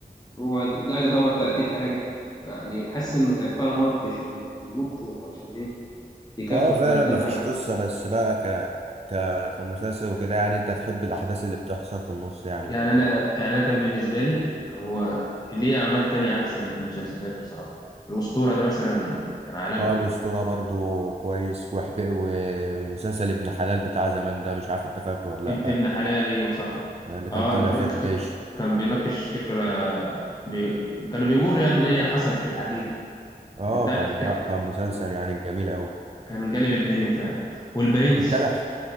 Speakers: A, on the left (about 25°); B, on the right (about 40°).
A: هو قاعد يدور 30 حلقة يعني حاسس إن كان فيها مط شوية بيمطوا عشان إيه يكفوا
B: اه فعلا
A: ال 30
B: ما فيش
A: حلقة
B: قصه بس بقى ك ك كمسلسل وكده يعني انت تحب الاحداث اللي بتحصل في النص يعني
A: يعني
B: وكده
A: انا يعني انا كان بالنسبه لي هو ليه اعمال تانية احسن في المسلسلات بصراحه الاسطوره ده مثلا كان عالمي
B: اه الاسطوره برضو كويس وحبي ومسلسل ابن حلال بتاع زمان ده مش عارف انت فاكره ولا
A: اب-
B: لا
A: ابن حلال وصح
B: آه، اللي
A: اه
B: كان طالع
A: ال-
B: فيه
A: ك-
B: حبيش
A: ك- كان بيناقش فكره بي... كانوا بيقولوا يعني ان هي حصلت في الحقيقه
B: اه
A: ده
B: كان
A: ك-
B: لا، كان مسلسل يعني جميل قوي
A: كان جالب الدنيا فعلا والبرنس
B: بتتابع